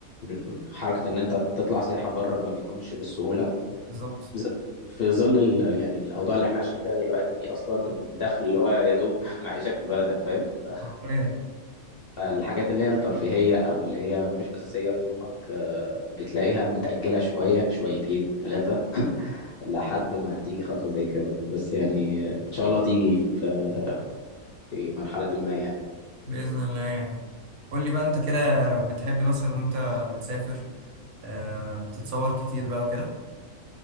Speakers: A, on the left; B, on the right.
A: م- حركة ان انت تطلع سياحة بره ما بيكونش بالسهولة
B: بالظبط
A: بالذات في ظل ال- يعني الاوضاع اللي احنا عايشين فيها دلوقتي اصلا
B: بالظبط
A: الدخل
B: كده.
A: اللي هو يا دوب <laughs> معيشك في بلدك فاهم ف-
B: حرفيا
A: فالحاجات اللي هي الترفيهية او اللي هي مش اساسية في يومك آه، بتلاقيها متأجلة شوية شويتين ثلاثة لحد ما تيجي خطوة زي كده بس يعني إن شاء الله تيجي في في مرحلة ما يعني
B: باذن الله يعني قول لي بقى انت كده بتحب مثلا وانت بتسافر آه تتصور كتير بقى وكده